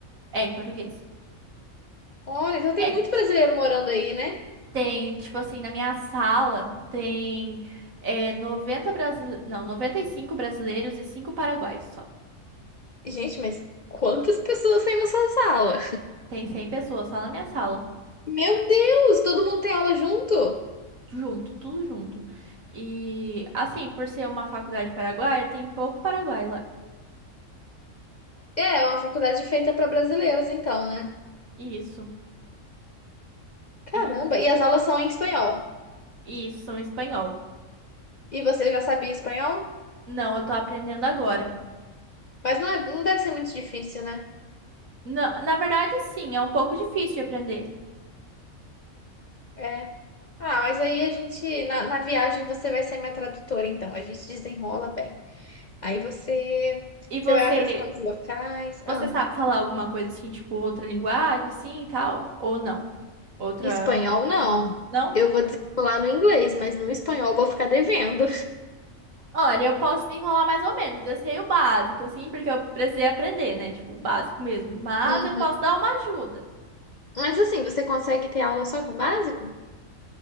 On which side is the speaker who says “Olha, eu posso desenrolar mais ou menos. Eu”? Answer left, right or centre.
Right